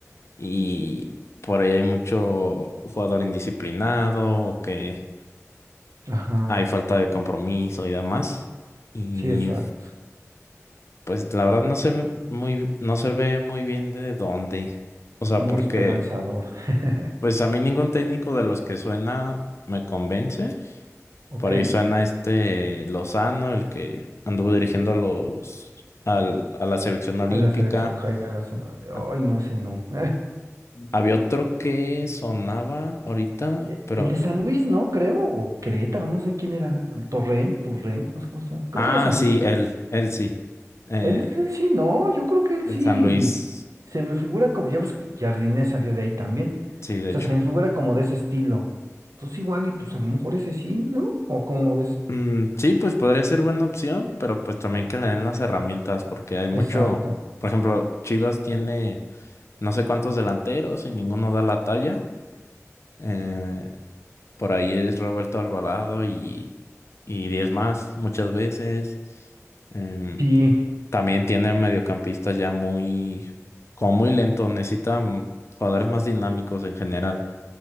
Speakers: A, on the left; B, on the right.
A: y por ahí hay mucho jugador indisciplinado o que
B: Ajá,
A: hay falta de compromiso y demás. Y
B: sí, exacto.
A: pues la verdad no se ve muy, no se ve muy bien de dónde. O sea,
B: Muy
A: porque
B: esperanzador. <laughs>
A: pues a mí ningún técnico de los que suena me convence.
B: ¿Ok?
A: Por ahí suena este Lozano, el que anduvo dirigiendo a los al- a la selección olímpica.
B: A la selección Jaime Lozano.
A: Ah,
B: Ay, no, ese no. <laughs>
A: había otro que sonaba ahorita,
B: E-
A: pero
B: El de San Luis, ¿no? Creo. O Querétaro, no sé quién era. El Torrent, Torrent, no sé cómo se llama. Creo
A: ah,
B: que era San
A: sí,
B: Luis.
A: él, él sí. Eh,
B: Él, él sí, no. Yo creo que él
A: el
B: sí.
A: San Luis,
B: Se me figura como. Ya ves que Jardine salió de ahí también.
A: sí, de
B: O sea,
A: hecho.
B: se me figura como de ese estilo. Entonces, igual, y pues a lo mejor ese sí, ¿no? ¿O cómo ves?
A: Mm, sí, pues podría ser buena opción, pero pues también que le den las herramientas, porque hay mucho,
B: Exacto.
A: por ejemplo, Chivas tiene no sé cuántos delanteros y ninguno da la talla. eh, Por ahí es Roberto Alvarado y, y 10 más muchas veces. Em,
B: Sí,
A: también tiene mediocampistas ya muy, como muy lentos, necesita mm, jugadores más dinámicos en general.